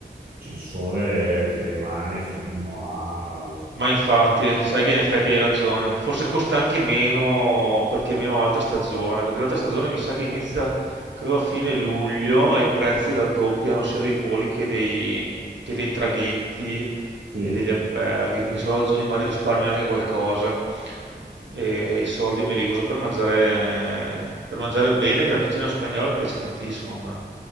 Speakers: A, on the right; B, on the right.
A: c'è il sole ti rimane fino a...
B: Ma infatti, sai che in effetti hai ragione. Forse costa anche meno perché è meno alta stagione, perché l'alta stagione mi sa che inizia, credo, a fine luglio e i prezzi raddoppiano sia dei voli che dei, che dei traghetti
A: Sì,
B: e degli alberghi. Quindi se vado a giugno magari risparmio anche qualcosa e i soldi me li uso per mangiare, per mangiare bene, che la cucina spagnola mi piace tantissimo. a me.